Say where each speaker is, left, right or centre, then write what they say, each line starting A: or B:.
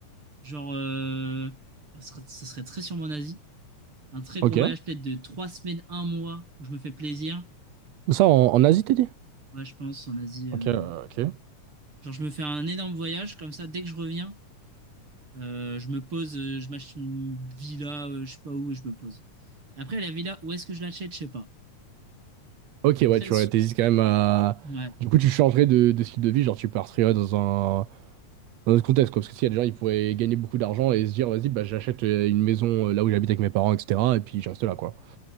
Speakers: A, on the right; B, on the right.
A: genre, euh, ça serait, ça serait très sûrement en Asie. Un très
B: ok.
A: gros voyage peut-être de 3 semaines, un mois, où je me fais plaisir.
B: Ça, en, en Asie, t'as dit?
A: Ouais, je pense en Asie. euh,
B: Ok. euh, ok.
A: Genre, je me fais un énorme voyage, comme ça, dès que je reviens, euh, je me pose, euh, je m'achète une villa, euh, je sais pas où, et je me pose. Après, la villa, où est-ce que je l'achète, je sais pas.
B: Ok, ouais,
A: Très...
B: tu
A: su-
B: aurais- t'hésites quand même à.
A: Ouais.
B: Du coup, tu changerais de, de style de vie, genre tu partirais ouais, dans un, dans un autre contexte, quoi. Parce que s'il y a des gens, ils pourraient gagner beaucoup d'argent et se dire, vas-y, bah, j'achète euh, une maison euh, là où j'habite avec mes parents, etc. Et puis je reste là, quoi.